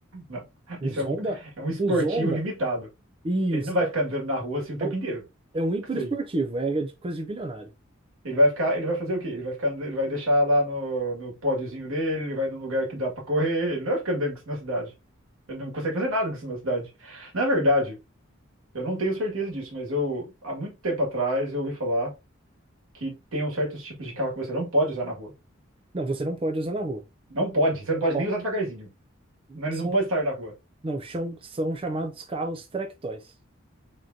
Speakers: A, on the right (about 85°); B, on the right (about 25°).
A: Não.
B: Um
A: Isso
B: Zonda,
A: é um, é um esportivo
B: um Zonda,
A: limitado.
B: isso.
A: Ele não vai ficar andando na rua assim o
B: Então,
A: tempo inteiro.
B: É um hiperesportivo,
A: com Isso aí.
B: é de coisa de bilionário.
A: Ele vai ficar, ele vai fazer o quê? Ele vai ficar, ele vai deixar lá no, no pódiozinho dele, ele vai num lugar que dá pra correr, ele não vai ficar andando com isso na cidade. Ele não consegue fazer nada com isso na cidade. Na verdade, Eu não tenho certeza disso, mas eu há muito tempo atrás eu ouvi falar que tem uns certos tipos de carro que você não pode usar na rua.
B: Não, você não pode usar na rua.
A: Não pode, você não pode
B: Ó,
A: nem usar devagarzinho. Não, ele
B: são,
A: não pode estar na rua.
B: não, chão- são, chamados carros track toys.